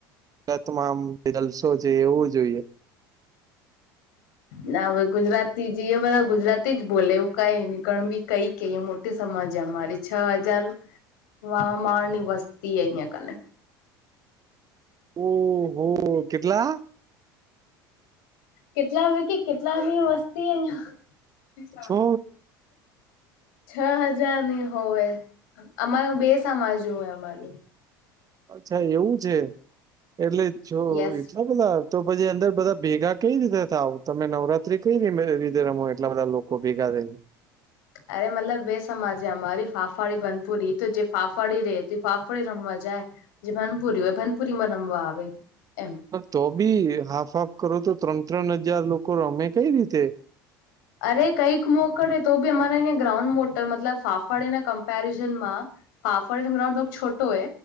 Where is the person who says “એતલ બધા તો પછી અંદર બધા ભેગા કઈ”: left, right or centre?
Right